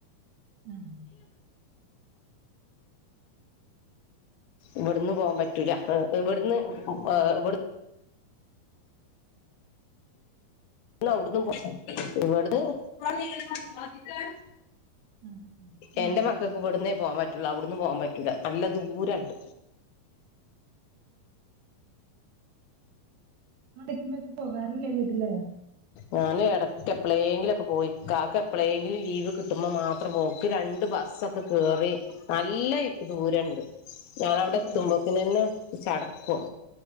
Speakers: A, on the right; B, on the left.
A: ആഹ്
B: ഇവിടന്ന് പോവാൻ പറ്റൂല ഇവിടുന്ന് ഇവി <inaudible> എന്ന അവിടന്നും പോ ഇവിടന്ന് <inaudible>
A: ആഹ്
B: എന്റെ
A: ആഹ്
B: മക്കക്ക് ഇവിടന്നേ പോവാൻ പറ്റുള്ളൂ അവിടന്ന് പോവാൻ പറ്റൂല നല്ല ദൂരണ്ട്
A: <inaudible> പോകാറില്ലേ വീട്ടില്
B: ഞാന് എടക്ക് എപ്പളെങ്കിലൊക്കെ പോയി ഇക്കാക്ക് എപ്പളെങ്കിലും ലീവ് കിട്ടുമ്പോൾ മാത്രം പോക്ക് രണ്ട് ബസ്സൊക്കെ കേറി നല്ല ദൂരണ്ട്. ഞാനവടെ
A: അതെ
B: എത്തുമ്പത്തിനന്നെ ചടക്കും